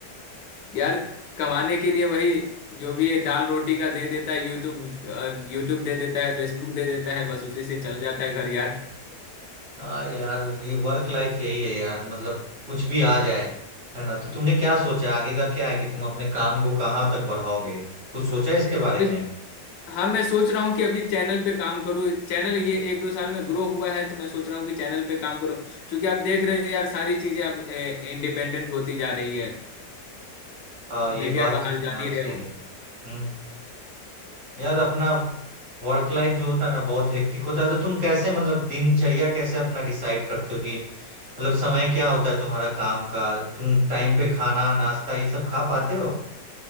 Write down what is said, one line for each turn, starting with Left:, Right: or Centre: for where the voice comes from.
Left: यार कमाने के लिए वही जो भी ये दाल रोटी का दे देता है यूट्यूब यूट्यूब दे देता है फेसबुक दे देता है बस उसी से चल जाता है घर यार
Right: हाँ यार ये वर्क लाइफ यही है यार मतलब कुछ भी आ जाए है ना तो तुमने क्या सोचा है? आगे का क्या है कि तुम अपने काम को कहाँ तक बढ़ाओगे कुछ सोचा है इसके बारे
Left: अभी
Right: में
Left: हाँ मैं सोच रहा हूँ कि अभी चैनल पे काम करूँ चैनल ये एक दो साल में ग्रो हुआ है तो मैं सोच रहा हूँ कि चैनल पे काम करूँ क्योंकि आप देख रहे हो यार सारी चीजें अब इंडिपेंडेंट होती जा रही है
Right: हाँ ये
Left: मीडिया
Right: बात
Left: का हाल
Right: तो तुम्हारा
Left: जान ही रहे
Right: सही
Left: हो
Right: है हम्म यार अपना वर्क लाइफ जो होता है ना बहुत हेक्टिक होता है तो तुम कैसे मतलब दिनचर्या कैसे अपना डिसाइड करते हो कि मतलब समय क्या होता है तुम्हारा काम का तुम टाइम पे खाना नाश्ता ये सब खा पाते हो